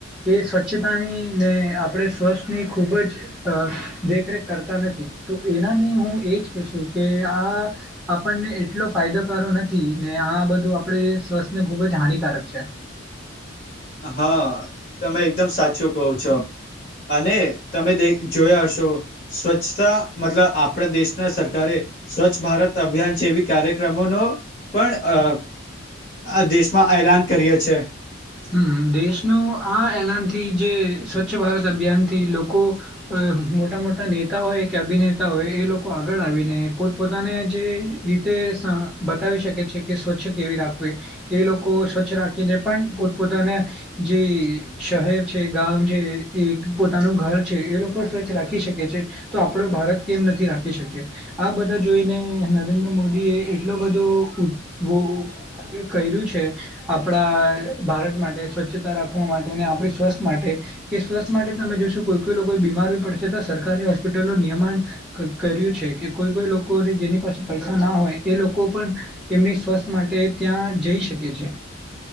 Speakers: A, in the centre; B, on the left (about 40°).
A: એ સ્વચ્છતાની ને આપરે સ્વાસ્થની ખૂબ જ દેખરેખ કરતા નથી તો એનાને હું એજ કે કે આ આપણને એટલો ફાયદોકારો નથી ને આ બધું આપરે સ્વાસ્થને ખૂબ જ હાનિકારક છે.
B: હા, તમે એકદમ સાચું કહો છો. અને તમે જોયા હશો સ્વચ્છતા મતલબ આપણાં દેશના સરકારે સ્વચ્છ ભારત અભિયાન છે એવી કાર્યક્રમોનો પણ અ આ દેશમાં એલાન કર્યો છે.
A: હમ, દેશનું આ એલાનથી જે સ્વચ્છ ભારત અભિયાનથી લોકો અ મોટા મોટા નેતા હોય કે અભિનેતા હોય એ લોકો આગળ આવીને પોત પોતાને જે રીતે બતાવી શકે છે કે સ્વચ્છ કેવી રાખવી એ લોકો સ્વચ્છ રાખીને પણ પોતાને જે શહેર છે, ગામ છે, એ પોતાનું ઘર છે એ લોકો રાખી શકે છે તો આપડો ભારત કેમ નથી રાખી શકયે આ બધાં જોઈને નરેન્દ્ર મો એ એટલો બધો કયરું છે આપરા ભારત માટે, સ્વચ્છતા રાખવા માટે અને આપરી સ્વસ્થ માટે એ સ્વસ્થ માટે તમે જોશો કોઈ કોઈ લોકો બીમ મારવી પડશે તો સરકારી હોસ્પિટલનું નિયમાણ કર્યું છે કે કોઈ કોઈ લોકોને જેની પાસે પૈસા ના હોય એ લોકો પણ એમની સ્વસ્થ માટે ત્યાં જઈ શકે છે.